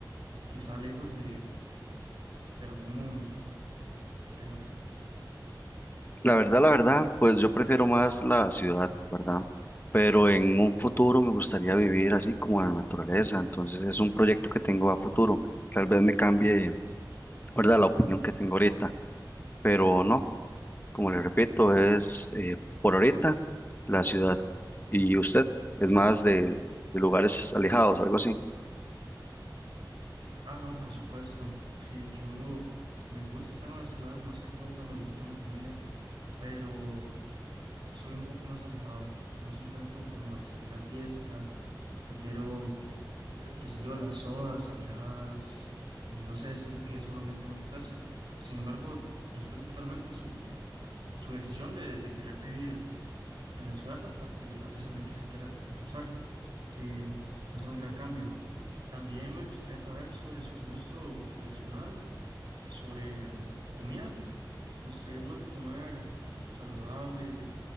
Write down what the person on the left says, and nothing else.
La verdad, la verdad, pues yo prefiero más la ciudad, ¿verdad? Pero en un futuro me gustaría vivir así como en la naturaleza, entonces es un proyecto que tengo a futuro. Tal vez me cambie, ¿verdad? La opinión que tengo ahorita, pero no, como le repito, es eh, por ahorita la ciudad. ¿Y usted es más de, de lugares alejados, algo así?